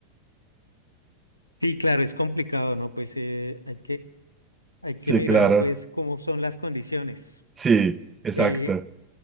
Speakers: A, on the left; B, on the right.
A: Sí, claro, es complicado, ¿no? Pues eh, hay que, hay que
B: Sí,
A: mirar,
B: claro,
A: pues, cómo son las condiciones.
B: sí, exacto,
A: Eh,